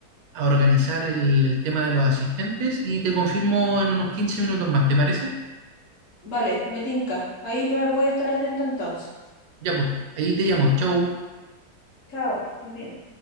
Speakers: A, on the right (about 75°); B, on the left (about 60°).
A: a organizar el, el tema de los asistentes y te confirmo en unos 15 minutos más, ¿te parece?
B: Vale, me tinca. Ahí va- voy a estar atenta entonces.
A: Ya pues, ahí te llamo. Chau.
B: Chao, que estés bien.